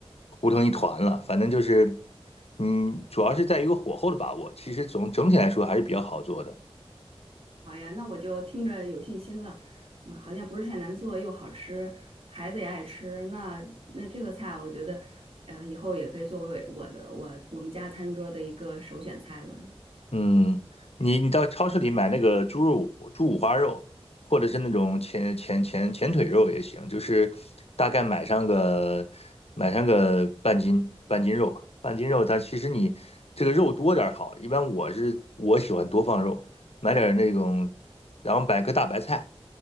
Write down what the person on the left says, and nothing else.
糊成一团了，反正就是，嗯，主要是在一个火候的把握，其实总整体来说还是比较好做的。
嗯，你你到超市里买那个猪肉、猪五花肉，或者是那种前前前前腿肉也行，就是大概买上个买上个半斤半斤肉吧。半斤肉它其实你这个肉多点儿好，一般我是我喜欢多放肉，买点儿那种，然后买个大白菜，